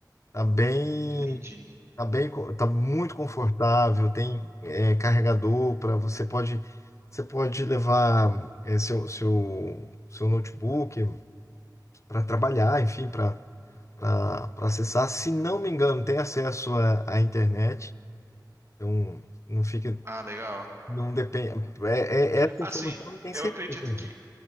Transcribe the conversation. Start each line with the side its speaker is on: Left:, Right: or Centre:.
Left: Tá bem.
Right: Entendi.
Left: Tá bem, co- tá muito confortável, tem é, carregador para você pode você pode levar é, seu, seu seu notebook para trabalhar, enfim, para para acessar. Se não me engano, tem acesso à, à internet, então não fica
Right: Ah, legal.
Left: não depende é, é- essa
Right: Assim,
Left: informação não tem
Right: eu
Left: certeza.
Right: acredito
Left: ainda.
Right: que